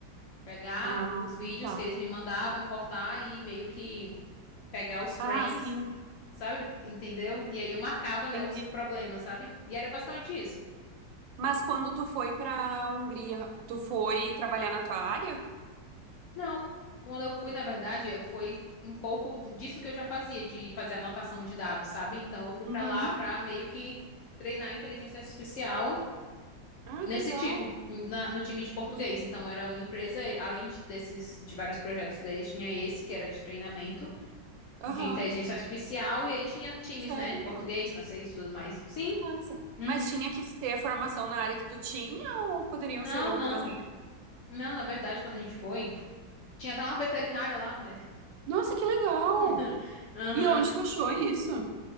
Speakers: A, on the left (about 70°); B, on the right (about 85°).
A: Pegar
B: Ah,
A: os vídeos
B: tá.
A: que eles me mandavam, cortar e meio que pegar os frames,
B: Ah, sim,
A: sabe? Entendeu? E aí eu marcava, né,
B: entendi.
A: os problemas, sabe? E era basicamente isso.
B: Mas quando tu foi pra Hungria, tu foi trabalhar na tua área?
A: Não. Quando eu fui, na verdade, eu fui um pouco do- disso que eu já fazia, de fazer anotação de dados, sabe? Então eu fui
B: Uhum.
A: pra lá pra meio que treinar a inteligência artificial
B: Ah,
A: nesse
B: que legal.
A: tipo, na- no time de português.
B: Entendi.
A: Então era uma empresa, além de- desses de vários projetos deles, tinha esse que era de treinamento.
B: Aham.
A: de inteligência artificial, e aí tinha times,
B: Sério?
A: né, de português, francês e tudo mais. Sim,
B: Que massa.
A: uhum.
B: Mas tinha que ter a formação na área que tu tinha ou poderiam
A: Não,
B: ser outras
A: não.
B: áreas?
A: Não, na verdade, quando a gente foi, tinha até uma veterinária lá, mulher.
B: Nossa, que legal!
A: <laughs> Aham.
B: E onde tu achou isso?